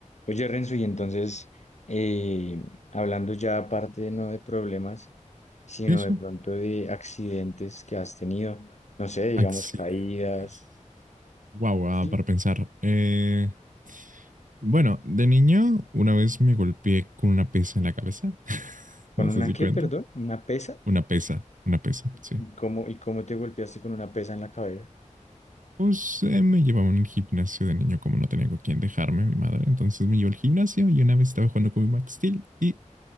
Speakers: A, on the left (about 60°); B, on the right (about 80°).
A: Oye, Renzo, y entonces, eh, hablando ya aparte no de problemas, sino
B: Sí, sí.
A: de pronto de accidentes que has tenido, no sé, digamos
B: Accidentes.
A: caídas,
B: Wow,
A: ¿sí?
B: para pensar. Eh, bueno, de niño una vez me golpeé con una pesa en la cabeza. <laughs>
A: ¿Con
B: No
A: una
B: sé si
A: qué,
B: cuenta.
A: perdón? ¿Una pesa?
B: Una pesa, una pesa, sí.
A: ¿Y cómo, y cómo te golpeaste con una pesa en la cabeza?
B: Pues eh, me llevaban al gimnasio de niño, como no tenía con quién dejarme, mi madre. Entonces me llevó al gimnasio y una vez estaba jugando con mi Max Steel y